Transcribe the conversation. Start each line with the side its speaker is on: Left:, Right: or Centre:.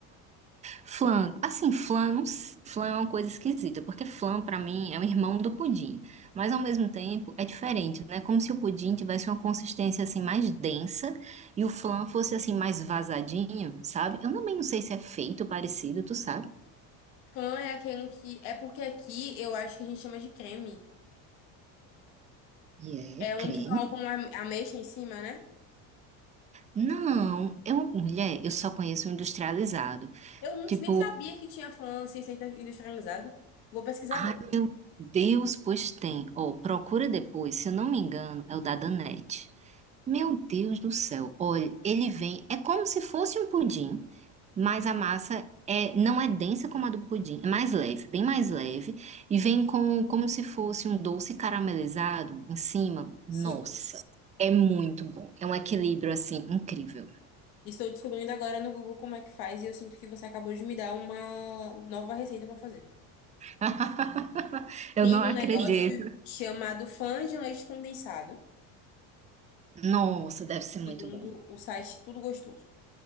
Right: Flan, assim, flan, não sei, flan é uma coisa esquisita, porque flan, pra mim, é o irmão do pudim. Mas, ao mesmo tempo, é diferente, né? Como se o pudim tivesse uma consistência, assim, mais densa e o flan fosse, assim, mais vazadinho, sabe? Eu também não sei se é feito parecido, tu sabe?
Left: Flan é aquele que. É porque aqui eu acho que a gente chama de creme.
Right: E é
Left: É um
Right: creme?
Left: que coloca uma ameixa em cima, né?
Right: Não, eu, mulher, eu só conheço o industrializado.
Left: Eu não,
Right: Tipo,
Left: nem sabia que tinha flan sem ser industrializado. Vou pesquisar
Right: ai,
Left: agora.
Right: Deus, pois tem. Ó, procura depois, se eu não me engano, é o da Danette. Meu Deus do céu. Olha, ele vem, é como se fosse um pudim, mas a massa
Left: Hum.
Right: é, não é densa como a do pudim, é mais leve, bem mais leve, e vem com, como se fosse um doce caramelizado em cima. Nossa,
Left: Sim,
Right: é muito bom. É um equilíbrio assim incrível.
Left: estou descobrindo agora no Google como é que faz e eu sinto que você acabou de me dar uma nova receita para fazer.
Right: <laughs> Eu
Left: Tem
Right: não acredito.
Left: um negócio chamado flan de leite condensado,
Right: Nossa, deve ser muito
Left: segundo
Right: bom.
Left: o site Tudo Gostoso.